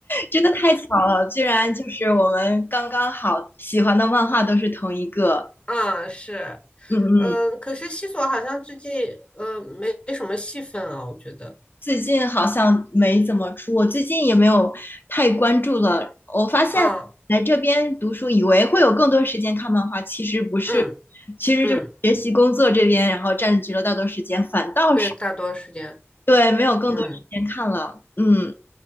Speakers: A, on the left; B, on the left.
A: 真的太巧了，居然就是我们刚刚好喜欢的漫画都是同一个。
B: 嗯，是，
A: 嗯嗯，
B: 嗯，可是西索好像最近，嗯，没没什么戏份啊，我觉得，
A: 最近好像没怎么出，我最近也没有太关注了。我发现来这边读书，
B: 嗯
A: 以为会有更多时间看漫画，其实不是，
B: 嗯
A: 其实就是学习工作这边，
B: 嗯，
A: 然后占据了大多时间，反倒是。
B: 对，大多时间，
A: 对，没有更多时间看了，
B: 嗯
A: 嗯。